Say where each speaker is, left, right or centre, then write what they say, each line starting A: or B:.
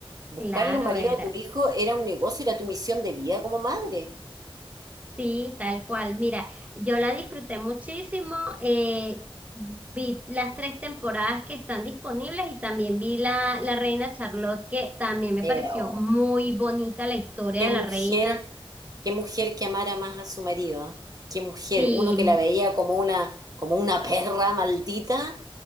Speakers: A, on the right (about 40°); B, on the right (about 15°).
A: buscarle
B: Claro,
A: un marido
B: era.
A: a tu hijo era un negocio, era tu misión de vida como madre.
B: Sí, tal cual. Mira, yo la disfruté muchísimo. eh, vi las tres temporadas que están disponibles y también vi la, la Reina Charlotte, que también me
A: Eh,
B: pareció
A: oh,
B: muy bonita la historia
A: qué
B: de
A: mujer.
B: la reina.
A: Qué mujer que amara más a su marido. ¿eh? Qué mujer.
B: Sí.
A: Uno que
B: mu-
A: la veía como una, como una perra maldita